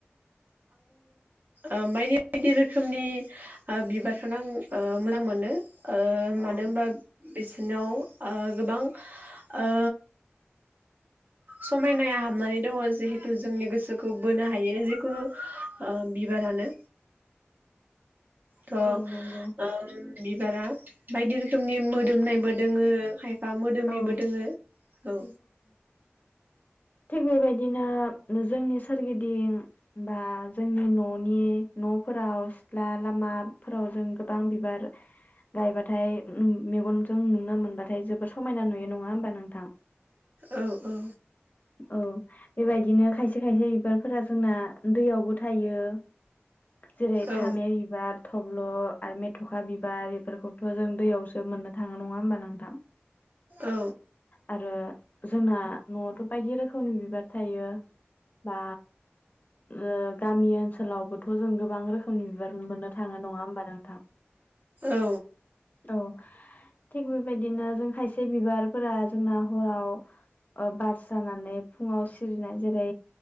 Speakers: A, on the right (about 45°); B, on the left (about 40°).
A: आं बायदि बायदि रोखोमनि बिबारखौनो आं ओ मोजां मोनो ओ मानो
B: औ
A: होमबा बिसोरनाव ओ गोबां ओ समायनाय हाबनानै दङ जिहेथु जोंनि गोसोखौ बोनो हायो जिखुनु ओ बिबारानो थ
B: औ नंगौ
A: ओम बिबारा बायदि रोखोमनि मोदोमनायबो दोङो खाय फा मोदोमिबो
B: औ
A: दोङो औ।
B: थिग बेबायदिनो जोंनि सोरगिदिं बा जोंनि ननि न फोराव सित्ला लामाफोराव जों गोबां बिबार गायबाथाय मेगनजों नुनो मोनबाथाय जोब समायना नुयो नङा होमबा नोंथां?
A: औ औ।
B: औ। बेबायदिनो खायसे खायसे बिबारफोरा जोंना दैयावबो थायो। जेरै
A: औ
B: फामे बिबार थब्ल' आरो मेथ'खा बिबार बेफोरफोरखौ जों दैयावसो मोननो थाङो। ना नङा होनबा नोंथां?
A: औ
B: आरो जोंना न'आवथ' बायदि रोखोमनि बिबार थायो। बा ओ गामि ओनसोलावबोथ' जों गो बां रोखोमनि बिबार मोननो थाङो नङा होमबा नोंथां?
A: औ
B: औ थिग बेबायदिनो खायसे बिबारफोरा जोंना हराव ओ बार जानानै फुङाव सिरिनाय। जेरै